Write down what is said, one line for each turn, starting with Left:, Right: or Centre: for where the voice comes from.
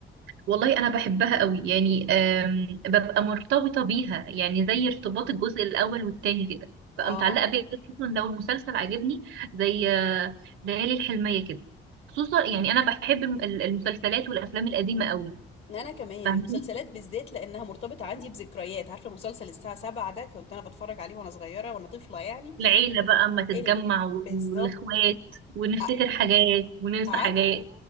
Right: والله انا بحبها قوي يعني آم، ببقى مرتبطه بيها يعني زي ارتباط الجزء الاول والتاني كده ببقى
Left: اه
Right: متعلقه بيها خصوصا لو المسلسل عجبني زي آه، ليالي الحلميه كده خصوصا يعني انا بحب الم- ال- المسلسلات والافلام القديمه قوي
Left: انا كمان
Right: فاهمين
Left: المسلسلات بالذات لانها مرتبطه عندي بذكريات عارفه مسلسل الساعه 7 ده كنت انا بتفرج عليه وانا صغيره وانا طفله يعني
Right: العيله بقى اما تتجمع
Left: ال- بالظبط
Right: والاخوات ونفتكر
Left: ع-
Right: حاجات وننسى
Left: عارفه
Right: حاجات